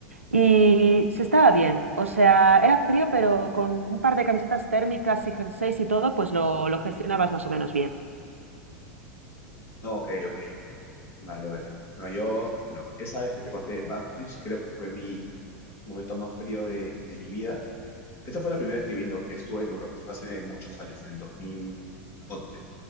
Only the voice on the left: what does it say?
No, ok, ok. Vale, vale. No, yo, bueno, esa vez que te conté de Maastricht, creo que fue mi momento más frío de, de mi vida. Esta fue la primera vez que vine, que estuve en Europa. Fue hace muchos años, en el dos mil once